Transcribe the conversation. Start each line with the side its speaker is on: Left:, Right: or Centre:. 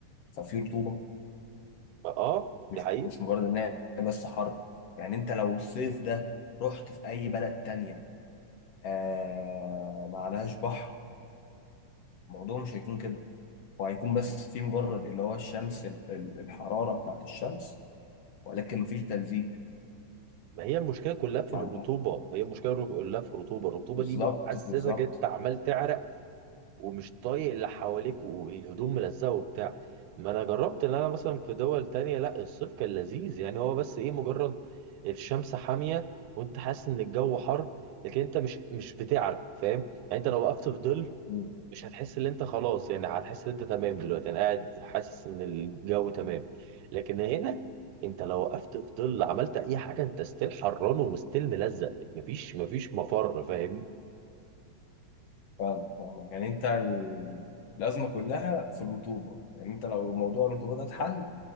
Left: ففي رطوبة
Right: اه
Left: مش
Right: دي حقيقه
Left: مش مجرد إن هي بس حر يعني أنت لو الصيف ده رحت في أي بلد تانية آه... ما عليهاش بحر الموضوع مش هيكون كده وهيكون بس في مجرد اللي هو الشمس ال- ال- الحرارة بتاعت الشمس ولكن مفيش تلزيق
Right: ما هي المشكله كلها في
Left: فاهم؟
Right: الرطوبه هي المشكله كلها في الرطوبه الرطوبه
Left: بالظبط
Right: دي بتحسسك
Left: بالظبط
Right: انت عمال تعرق ومش طايق اللي حواليك والهدوم ملزقه وبتاع ما انا جربت ان انا مثلا في دول تانية لا الصيف كان لذيذ يعني هو بس ايه مجرد الشمس حامية وانت حاسس ان الجو حر لكن انت مش مش بتعرق فاهم يعني انت لو وقفت في ظل
Left: مم.
Right: مش هتحس ان انت خلاص يعني هتحس ان انت تمام دلوقتي انا قاعد حاسس ان الجو تمام لكن هنا انت لو وقفت في ظل عملت اي حاجه انت ستيل حران وستيل ملزق مفيش مفيش مفر فاهمني
Left: فاهمك فاهمك يعني انت ال- الازمه كلها في الرطوبه يعني انت لو موضوع الرطوبه ده اتحل